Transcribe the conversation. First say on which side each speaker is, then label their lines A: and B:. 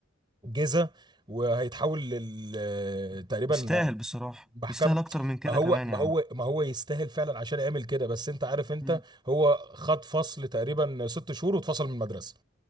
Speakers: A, on the right; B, in the centre.
A: جيزه وهيتحول لل تقريبا
B: يستاهل بصراحه
A: محكمه
B: يستاهل اكتر من كده
A: ما هو
B: كمان
A: ما
B: يا عم
A: هو ما هو يستاهل فعلا عشان يعمل كده بس انت عارف انت
B: مم.
A: هو خد فصل تقريبا ست شهور واتفصل من المدرسه